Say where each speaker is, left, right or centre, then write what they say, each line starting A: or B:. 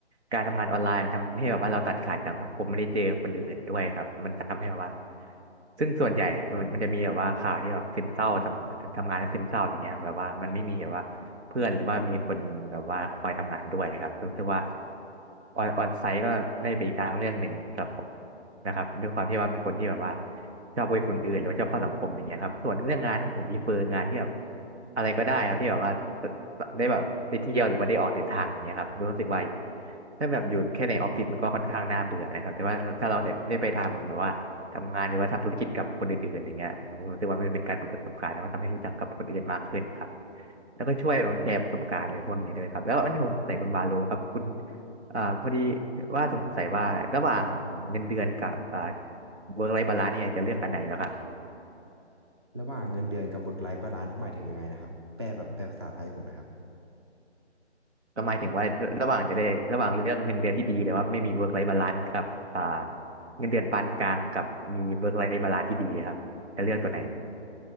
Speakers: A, on the right; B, on the right.
A: การทำงานออนไลน์มันทำให้แบบว่าเราตัดขาดจากสังคมไม่ได้เจอคนอื่นด้วยครับมันทำให้แบบว่าซึ่งส่วนใหญ่อะมันมันจะมีแบบว่าข่าวที่แบบซึมเศร้าทำทำงานแล้วซึมเศร้าอย่างเงี้ยครับแบบว่ามันไม่มีแบบว่า เพื่อนหรือว่ามีคนแบบว่าคอยทำงานด้วยครับรู้สึกว่าออนออนไซต์ก็ได้ไปอีกทางเรื่องหนึ่งสำหรับผมนะครับด้วยความที่ว่าเป็นคนที่แบบว่าชอบคุยคนอื่นหรือว่าชอบเข้าสังคมอย่างเงี้ยครับส่วนเรื่องงานผมมีเฟอร์งานที่แบบอะไรก็ได้ครับที่แบบว่าได้แบบได้เที่ยวหรือว่าได้ออกเดินทางอย่างเงี้ยครับรู้สึกว่าถ้าแบบอยู่แค่ในออฟฟิศมันก็ค่อนข้างน่าเบื่อนะครับแต่ว่าถ้าเราเนี่ยได้ไปทำแบบว่าทำงานหรือว่าทำธุรกิจกับคนอื่นๆอย่างเงี้ยผมรู้สึกว่ามันเป็นการเปิดประสบการณ์แล้วว่าทำให้รู้จักกับคนอื่นมากขึ้นครับ แล้วก็ช่วยแบบแชร์ประสบการณ์ในพวกนี้ด้วยครับแล้วอันที่ผมสงสัยคุณบาโลครับคุณอ่าพอดีว่าสงสัยว่าระหว่างเงินเดือนกับอ่าเวิร์กไลฟ์บาลานซ์เนี่ยจะเลือกอันไหนแล้วครับ
B: ระหว่างเงินเดือนกับ work life balance หมายถึงยังไงนะครับแปลแบบแปลภาษาไทยให้ผมนะครับ
A: ก็หมายถึงว่าระหว่างจะได้ระหว่างเรืองเงินเดือนที่ดีแต่ว่าไม่มีเวิร์กไลฟ์บาลานซ์กับอ่าเงินเดือนปานกลางกับมีเวิร์กไลฟ์บาลานซ์ที่ดีครับจะเลือกตัวไหน